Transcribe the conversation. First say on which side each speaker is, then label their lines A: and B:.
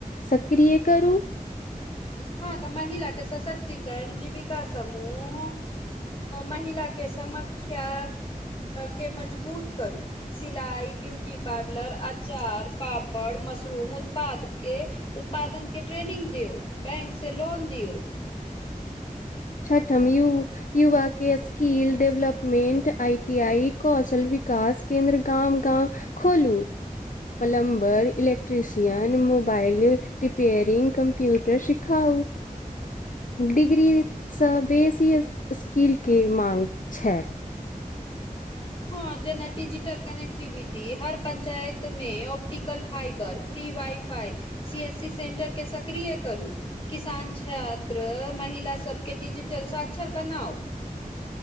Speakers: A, on the left (about 65°); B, on the left (about 40°).
A: सक्रिय करू
B: हँ तऽ महिला केँ सशक्तिकरण जीविका समूह महिला के समख्या केँ मजबूत करू सिलाई ब्यूटी पार्लर आ आचार पापड़ मशरूम उत्पाद उत्पादन केँ ट्रेनिंग दिउ बैंक से लोन द दियौ
A: छठम यु युवा के skill development I T I कौशल विक कास केन्द्र गाम गाम खोलू plumber electrician mobile repairing computer शिक्ष खउ डिग्री <unintelligible> सँ बेसी स्कीलकेँ माँग छैक।
B: हँ जेना डिजिटल कनेक्टिविटी हर पञ्चायत मे optical fibre free wifi C S C centre केँ सक्रिय करू किसान छात्र महिला सबकेँ डिजिटल साक्षर बनाउ।